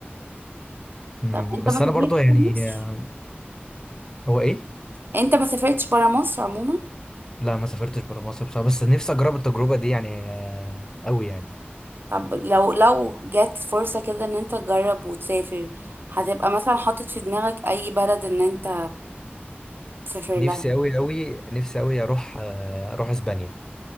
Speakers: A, on the left; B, on the right.
A: أمم،
B: طب انت
A: بس
B: ما
A: انا
B: سافرتش
A: برضه يعني
B: في مصر
A: آه، هو ايه
B: انت ما سافرتش برا مصر عموما
A: لا ما سافرتش برا مصر بصراحة بس نفسي أجرب التجربة دي يعني آه، أوي يعني
B: طب لو لو جت فرصة كده ان انت تجرب وتسافر هتبقى مثلا حاطط في دماغك اي بلد ان انت تسافر
A: نفسي
B: لها
A: أوي أوي نفسي أوي أروح آه، أروح أسبانيا